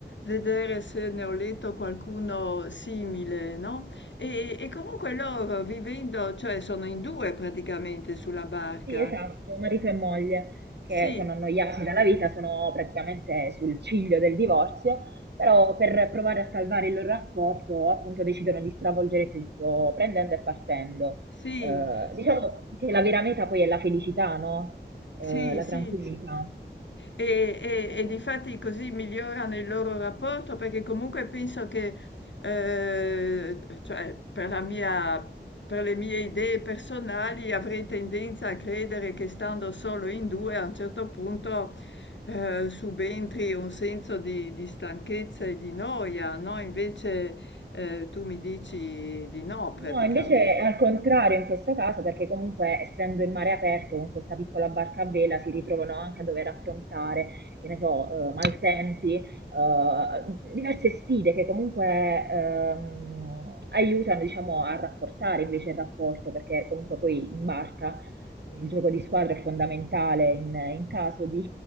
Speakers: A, on the left; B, on the right.
A: vedere se ne ho letto qualcuno simile, no? E e comunque loro vivendo cioè sono in 2 praticamente sulla barca.
B: Sì, esatto, marito e moglie che
A: Sì,
B: sono annoiati dalla vita, sono praticamente sul ciglio del divorzio, però per provare a salvare il loro rapporto, appunto, decidono di stravolgere tutto, prendendo e partendo.
A: sì.
B: Eh, diciamo che la vera meta poi è la felicità, no? Eh,
A: Sì,
B: la
A: sì.
B: Sì. tranquillità.
A: E,
B: Eh.
A: e, e difatti così migliorano il loro rapporto perché comunque penso che, eh, cioè, per la mia, per le mie idee personali avrei tendenza a credere che stando solo in due a un certo punto, eh, subentri un senso di, di stanchezza e di noia, no? Invece, eh, tu mi dici di no praticamente.
B: No, invece è al contrario in questo caso, perché comunque essendo in mare aperto con questa piccola barca a vela si ritrovano anche a dover affrontare, che ne so, eh, maltempi, eh, diverse sfide che comunque ehm, aiutano, diciamo, a rafforzare invece il rapporto, perché comunque poi in barca il gioco di squadra è fondamentale in, in caso di,